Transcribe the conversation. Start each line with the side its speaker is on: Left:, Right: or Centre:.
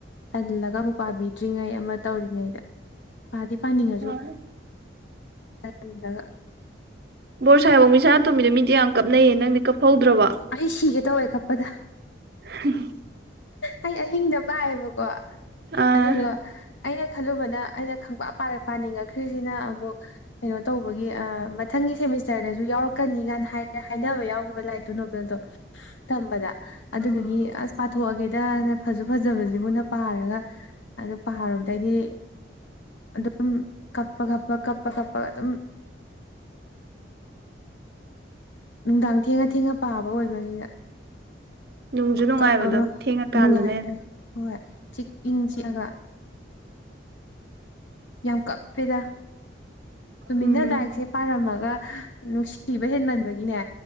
Left: ꯇꯜꯂꯒ ꯑꯃꯨꯛ ꯄꯥꯕꯤꯗ꯭ꯔꯤꯉꯩ ꯑꯃ ꯇꯧꯔꯤꯉꯩꯗ ꯄꯥꯗꯤ ꯄꯥꯅꯤꯡꯉꯁꯨ
Right: ꯍꯣꯏ
Left: ꯇꯜꯂꯒ
Right: ꯕꯣꯔ ꯁꯥꯥ-ꯍ‌ꯦꯞ ꯑꯣꯡꯕꯤ ꯁꯅꯥꯇꯣꯝꯕꯤꯗ‌ꯣ ꯃꯤꯗꯤ ꯌꯥꯝ ꯀꯞꯅꯩꯌꯦ ꯅꯪꯗꯤ ꯀꯞꯐꯧꯗ꯭ꯔꯕ‌ꯣ
Left: ꯑꯩ ꯁꯤꯒꯦ ꯇꯧꯋꯦ ꯀꯞꯄꯗ
Right: ꯍꯨꯝ ꯍꯨꯝ
Left: ꯑꯩ ꯑꯍꯤꯡꯗ ꯄꯥꯏꯑꯦꯕꯀꯣ
Right: ꯑꯣ
Left: ꯑꯗꯨꯗꯣ ꯑꯩꯅ ꯈꯜꯂꯨꯕꯅ ꯑꯩꯅ ꯈꯪꯄꯥꯛ ꯄꯥꯔꯛ ꯄꯥꯅꯤꯡꯉꯛꯈ꯭ꯔꯤꯁꯤꯅ ꯑꯃꯨꯛ ꯀꯩꯅꯣ ꯇꯧꯕꯒꯤ ꯑ ꯃꯊꯪꯒꯤ ꯁꯦꯃꯤꯁꯇꯔꯗꯁꯨ ꯌꯥꯎꯔꯛꯀꯅꯤ ꯀꯥꯏꯅ ꯍꯥꯏꯔ ꯍꯥꯏꯅꯕ ꯌꯥꯎꯈꯤꯕ ꯂꯥꯏꯔꯤꯛ ꯑꯗꯨ ꯅꯣꯕꯦꯜꯗꯣ ꯇꯝꯕꯗ ꯑꯗꯨꯗꯨꯒꯤ ꯑꯁ ꯄꯥꯊꯣꯛꯑꯒꯦꯗꯅ ꯐꯁꯨ ꯐꯖꯕꯖꯤꯕꯨꯅ ꯄꯥꯔꯒ ꯑꯗꯨ ꯄꯥꯔꯨꯕꯗꯒꯤ ꯑꯗꯨꯝ ꯀꯞꯄ ꯀꯞꯄ ꯀꯞꯄ ꯀꯞꯄꯒ ꯑꯗꯨꯝ ꯅꯨꯡꯗꯥꯡ ꯊꯦꯡꯉ ꯊꯦꯡꯉ ꯄꯥꯕ ꯑꯣꯏꯕꯒꯤꯒ
Right: ꯅꯨꯡꯁꯨ
Left: ꯈꯨꯀꯞ
Right: ꯅꯨꯡꯉꯥꯏꯕꯗꯣ
Left: ꯑꯃ
Right: ꯊꯦꯡꯉꯀꯥꯟꯗꯅ
Left: ꯅꯨꯡꯉꯥꯏꯔ
Right: ꯍꯦꯟꯅ
Left: ꯍꯣꯏ ꯆꯤꯛ ꯏꯪ ꯆꯤꯛꯑꯒ ꯌꯥꯝ ꯀꯞꯄꯦꯗ ꯇꯨꯃꯤꯟꯅ
Right: ꯎꯝ
Left: ꯂꯥꯏꯔꯤꯛꯁꯦ ꯄꯥꯔꯝꯃꯒ ꯅꯨꯡꯁꯤꯕ ꯍꯦꯟꯃꯟꯕꯒꯤꯅꯦ